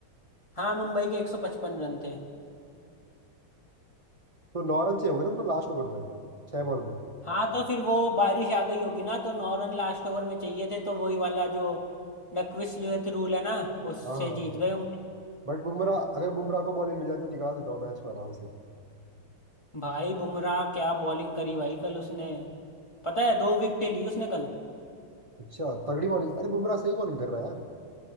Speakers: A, on the left; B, on the right.
A: हाँ मुंबई के 155 रन थे
B: तो नौ रन चाहिए होंगे ना उनको लास्ट ओवर में छह बॉल में
A: हाँ तो फिर वो बारिश आ गई होगी ना तो नौ रन लास्ट ओवर में चाहिए थे तो वही वाला जो डकविसलियत रूल है ना उससे
B: हाँ
A: जीत गए होंगे
B: बट बुमराह अगर बुमराह को बॉलिंग मिल जाए तो निकाल देता हूँ मैच को आराम से
A: भाई बुमराह क्या बॉलिंग करी भाई कल उसने पता है दो विकेटें ली उसने कल
B: अच्छा तगड़ी बॉलिंग अरे बुमराह सही बॉलिंग कर रहा है